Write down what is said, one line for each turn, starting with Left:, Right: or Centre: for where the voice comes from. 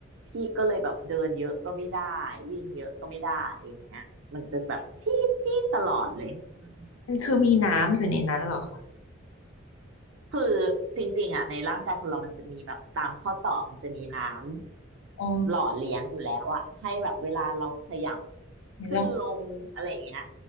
Right: พี่ก็เลยแบบเดินเยอะก็ไม่ได้วิ่งเยอะก็ไม่ได้อะไรอย่างเงี้ยมันจะแบบชี้ชี้ตลอดเลยื
Left: มันคือมีน้ำอยู่ในนั้นเหรอคะ
Right: คือจริงๆอะในร่างกายคนเรามันจะมีแบบตามข้อต่อมันจะมีน้ำหล่อเลี้ยงอยู่แล้วอะให้แบบเวลาเราขยับ
Left: อ๋อเรา
Right: ขึ้นลงอะไรอย่างเงี้ย